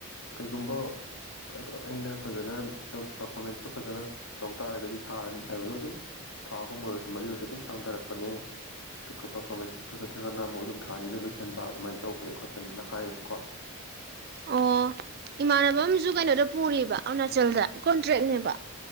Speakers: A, on the left; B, on the right.
A: ꯀꯩꯒꯨꯝꯕ ꯑ ꯑꯩꯅ ꯐꯖꯅ ꯑꯗꯨꯝ ꯄꯔꯐꯣꯔꯃꯦꯟꯁꯇꯣ ꯐꯖꯅ ꯇꯧ ꯇꯥꯔꯒꯗꯤ ꯊꯥ ꯑꯅꯤ ꯍꯥꯏꯕꯗꯣ ꯑꯗꯨꯝ ꯊꯥ ꯑꯍꯨꯝ ꯑꯣꯏꯔꯁꯨ ꯃꯔꯤ ꯑꯣꯏꯔꯁꯨ ꯑꯗꯨꯝ ꯁꯥꯡꯊꯔꯛꯄꯅꯦ ꯑꯗꯨꯒ ꯄꯔꯐꯣꯔꯃꯦꯟꯁ ꯐꯖꯗ꯭ꯔꯒꯅ ꯑꯃꯨꯛ ꯑꯗꯨꯝ ꯊꯥ ꯑꯅꯤꯗ ꯂꯣꯏꯁꯤꯟꯕ ꯑꯗꯨꯃꯥꯏꯅ ꯇꯧꯕꯅꯦ ꯈꯣꯠꯄꯅꯦꯅ ꯍꯥꯏꯌꯦꯕꯀꯣ
B: ꯑꯣ ꯏꯃꯥꯟꯅꯕ ꯑꯝꯁꯨ ꯀꯩꯅꯣꯗ ꯄꯨꯔꯤꯕ ꯑꯔꯨꯅꯥꯆꯜꯗ ꯀꯣꯟꯇ꯭ꯔꯦꯛꯅꯦꯕ